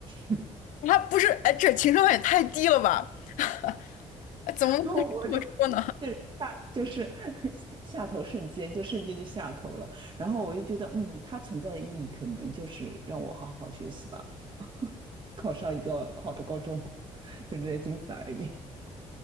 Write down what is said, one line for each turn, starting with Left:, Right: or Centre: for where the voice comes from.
Right: <laughs>
Left: 他不是，哎，这情商也太低了吧？<laughs> 哎怎么能这么说呢？
Right: 然后我就就是下就是 <laughs> 下头瞬间就瞬间就下头了，然后我就觉得嗯，它存在的意义可能就是让我好好学习吧，考上一个好的高中，<laughs> 就这仅此而已。